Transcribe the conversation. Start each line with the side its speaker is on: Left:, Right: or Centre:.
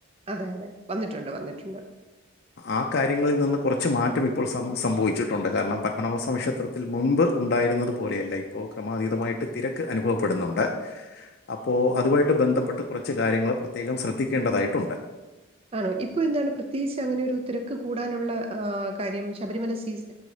Right: അതെ അതെ വന്നിട്ടുണ്ട് വന്നിട്ടുണ്ട്.
Left: ആ കാര്യങ്ങളിൽ നിന്ന് കുറച്ച് മാറ്റം ഇപ്പോൾ സം സംഭവിച്ചിട്ടുണ്ട്. കാരണം പത്മനാഭസ്വാമി ക്ഷേത്രത്തിൽ മുൻപ് ഉണ്ടായിരുന്നത് പോലെയല്ല ഇപ്പോ ക്രമാതീതമായിട്ട് തിരക്ക് അനുഭവപ്പെടുന്നുണ്ട്. അപ്പോ അതുമായിട്ട് ബന്ധപ്പെട്ട് കുറച്ച് കാര്യങ്ങൾ പ്രത്യേകം ശ്രദ്ധിക്കേണ്ടതായിട്ടുണ്ട്.
Right: ആണോ ഇപ്പൊ എന്താണ് പ്രത്യേകിച്ച് അങ്ങനെ ഒരു തിരക്ക് കൂടാനുള്ള ആഹ് കാര്യം ശബരിമല സീസ്